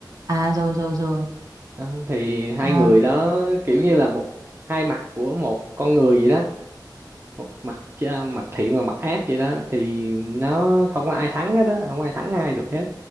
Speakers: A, on the right; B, on the right.
A: à rồi rồi rồi.
B: Đó, thì hai
A: Ờ.
B: người đó kiểu như là một hai mặt của một con người vậy đó một mặt cha- mặt thiện và mặt ác vậy đó thì nó không có ai thắng hết đó không ai thắng ai được hết